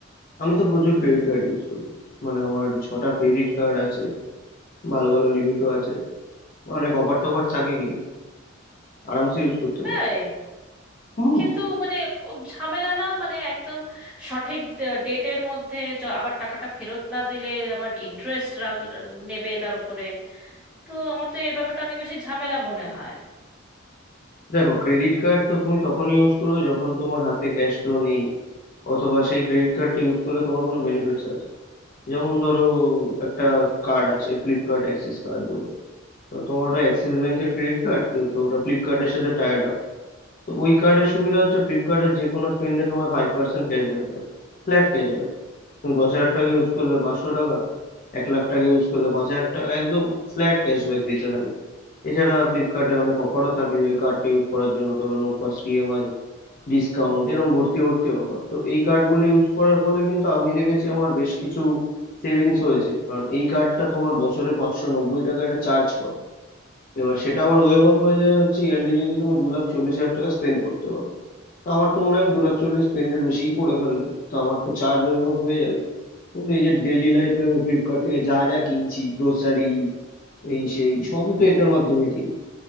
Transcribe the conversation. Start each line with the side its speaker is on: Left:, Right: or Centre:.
Left: আমি তো প্রচুর ক্রেডিট কার্ড ইউজ করি মানে আমার ছটা ক্রেডিট কার্ড আছে ভালো ভালো লিমিটও আছে অনেক অফার টফার থাকে কিন্তু আরামসে ইউজ করতে
Centre: তাই
Left: পারো হুম
Centre: কিন্তু মানে ও ঝামেলা না মানে একদম সঠিক ডেটের মধ্যে য- আবার টাকাটা ফেরত না দিলে আবার ইন্টারেস্ট নেবে তার উপরে তো আমার তো এই ব্যাপারটা অনেক বেশি ঝামেলা মনে হয়
Left: দেখো ক্রেডিট কার্ড তো তুমি তখনই ইউজ করো যখন তোমার হাতে ক্যাশ ফ্লো নেই অথবা সেই ক্রেডিট কার্ডটা ইউজ করলে তোমার কোনো বেনিফিটস আছে যেমন ধরো একটা কার্ড আছে ফ্লিপকার্ট অ্যাক্সিস কার্ড বলে, তো তোমার ওটা অ্যাক্সিস ব্যাংকের ক্রেডিট কার্ড কিন্তু ওটা ফ্লিপকার্টের সাথে টাইড আপ তো ওই কার্ডের সুবিধা হচ্ছে ফ্লিপকার্টের যে কোনো স্পেন্ডে তোমায় ফাইভ পার্সেন্ট ক্যাশব্যাক দেয় ফ্ল্যাট ক্যাশব্যাক তুমি দশ হাজার টাকা ইউজ করলে পাঁচশো টাকা এক লাখ টাকা ইউজ করলে পাঁচ হাজার টাকা একদম ফ্ল্যাট ক্যাশব্যাক দিতে থাকে এছাড়া ফ্লিপকার্টে অনেক অফারও থাকে যে ওই কার্ডটা ইউজ করার জন্য ধরো নো কস্ট ইএমআই ডিসকাউন্ট এরকম ভর্তি ভর্তি অফার তো এই কার্ডগুলো ইউজ করার ফলে কিন্তু আমি দেখেছি আমার বেশ কিছু সেভিংস হয়েছে কারণ এই কার্ডটা তোমার বছরে পাঁচশো নব্বই টাকা একটা চার্জ করে এবার সেটা আবার ওয়েভ অফ হয়ে যায় হচ্ছে ইয়ারলি যদি তুমি দু লাখ চল্লিশ হাজার টাকা স্পেন্ড করতে পারো তো আমার তো মনে হয় আমি দু লাখ চল্লিশ স্পেন্ডের বেশিই করে ফেলবো তো আমার তো চার্জ ওয়েভ অফ হয়ে যাবে কিন্তু এই যে ডেলি লাইফে আমি ফ্লিপকার্ট থেকে যা যা কিনছি গ্রোসারি এই সেই সবই তো এটার মাধ্যমে কিনি